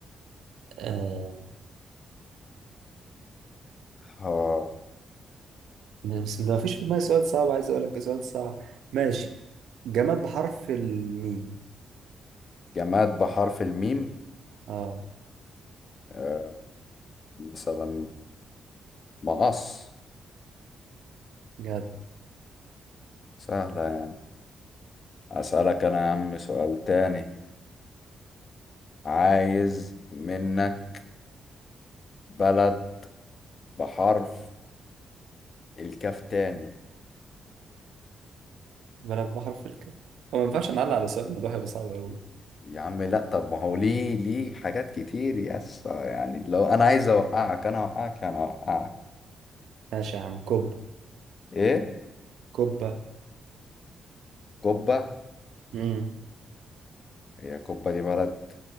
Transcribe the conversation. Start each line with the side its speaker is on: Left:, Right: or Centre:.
Right: آه
Left: ها
Right: بس ما فيش في دماغي سؤال صعب عايز اقول لك سؤال صعب ماشي جماد بحرف الميم
Left: جماد بحرف الميم
Right: اه
Left: آه، مثلا مقص
Right: جدع
Left: سهلة يعني أسألك أنا يا عم سؤال تاني عايز منك بلد بحرف الكاف تاني
Right: بلد بحرف الك هو ما ينفعش نعلق على سؤال الموضوع هيبقى صعب قوي
Left: يا عم لا طب ما هو ليه ليه حاجات كتير يس يعني لو أنا عايز أوقعك أنا أوقعك أنا أوقعك
Right: ماشي يا عم كوبا
Left: إيه
Right: كوبا
Left: كوبا
Right: امم
Left: هي كوبا دي بلد